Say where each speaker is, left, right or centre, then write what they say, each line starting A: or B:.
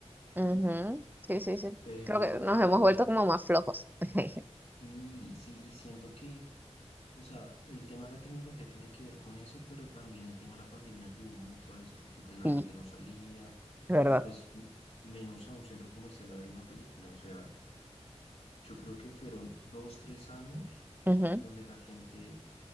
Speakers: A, on the right; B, on the left.
A: Ujú, Sí, sí, sí.
B: Pero
A: Creo que nos hemos
B: por
A: vuelto como más flojos. <laughs>
B: y sí, y siento que, o sea, el tema de la tecnología tiene que ver con eso, pero también el tema de la pandemia ayudó mucho a eso, porque pues la
A: Sí,
B: gente no salía
A: es verdad.
B: y pues m- menos a un centro comercial a ver una película. O sea, Yo creo que fueron dos, tres años
A: Ujú,
B: donde la gente